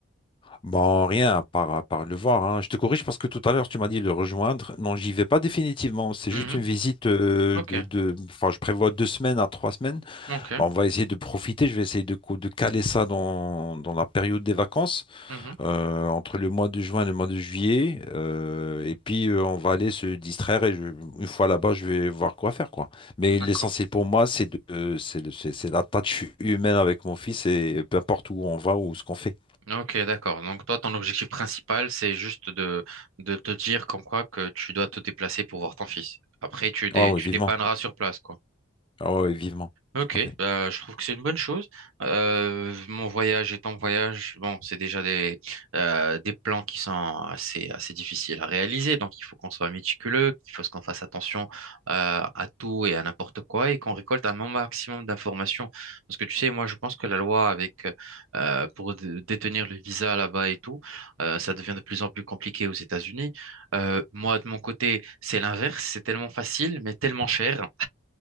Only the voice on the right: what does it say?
Mhm.
Ok,
ok.
Mhm.
D'accord.
Ok, d'accord. Donc toi, ton objectif principal, c'est juste de, de te dire comme quoi que tu dois te déplacer pour voir ton fils. Après, tu, dé,
tu
dépanneras sur place, quoi.
Ok,
bah, je trouve que c'est une bonne chose. Euh, mon voyage et ton voyage, bon, c'est déjà des, euh, des plans qui sont assez, assez difficiles à réaliser. Donc, il faut qu'on soit méticuleux, il faut qu'on fasse attention euh, à tout et à n'importe quoi et qu'on récolte un maximum d'informations. Parce que tu sais, moi, je pense que la loi avec euh, pour dé- détenir le visa là-bas et tout, euh, ça devient de plus en plus compliqué aux États-Unis. Euh, moi, de mon côté, c'est l'inverse. C'est tellement facile, mais tellement cher.